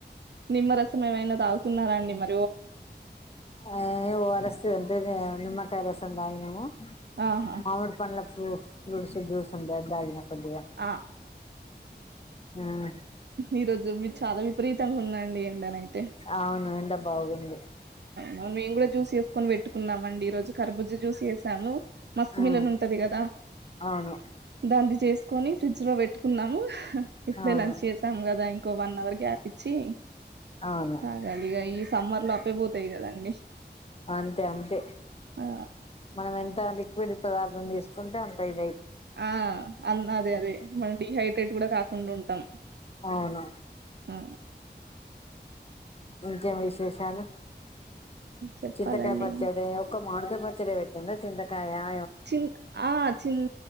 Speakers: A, on the right (about 75°); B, on the left (about 35°).
A: నిమ్మ రసం ఏమైనా తాగుతున్నారాండి మ
B: ఆ ఓ ఆర్ ఎస్ ఉందిగా నిమకాయలు రసం దాగినవ
A: ఆహా
B: మామిడి పండ్ల ఫ్రూట్ ఫ్రూట్స్ జ్యూస్ ఉండే అది తాగిన కొద్దిగా
A: ఆ
B: ఉమ్
A: ఈరోజు మీరు చాల విపరీత మత్తంగా ఉందండి ఎండనైతే
B: అవును ఎండ బాగుంది
A: వు మేము కూడా జ్యూస్ వేసుకొని పెట్టుకున్నామ అండి ఈ రోజు కరబుజ్ జ్యూస్ చేసాము మస్క్
B: ఉమ్
A: మిలన్ ఉంటది కదా
B: అవును
A: దాన్నీ చేసుకొని ఫ్రిడ్జ్ లో పెట్టుకున్నాము ఇప్పుడే
B: అవును
A: లంచ్ చేసాం కదా ఇంకో వన్ అవర్ గ్యాప్ ఇచ్చి
B: అవును
A: తాగాలి ఇగ సమ్మర్ లో అప్పేపోతే అంతే కదండి
B: అంతే అంతే
A: ఆ
B: మనం ఎంత లీక్ లిక్విడ్ పదార్థం తీసుకుంటే అంత ఇై
A: ఆ అ అదే అదే మనం డడిహైడ్రేట్ కూడా కాకుండా ఉంటాం
B: అవును
A: ఆ
B: ఇంకేం విశేషాలు
A: చెప్పాలండి
B: చింతకాయ పచ్చడి ఒక మాడికాయ పచ్చడి పెట్టిండు చింతకాయ కాయా
A: చిన్ ఆ చిన్